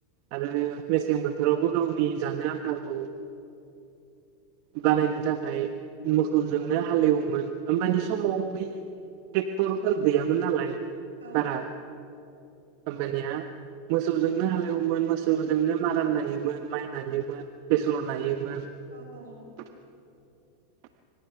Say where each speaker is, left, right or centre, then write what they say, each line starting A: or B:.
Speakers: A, on the right (about 60°); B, on the right (about 85°).
A: आरो मेसें बोथोरावबो गावनि जानो आन्थाखौ बानायनो थाखाय मोसौजोंनो हालेवोमोन होमबानि समाव
B: औ
A: बै ट्रेक्टफोर गैयामोन नालाय
B: औ
A: बारा होमबानिया मोसौजोंनो हालेवोमोन मोसौजोंनो माराम नायोमोन माइ नायोमोन बेसर नायो <unintelligible>
B: औ औ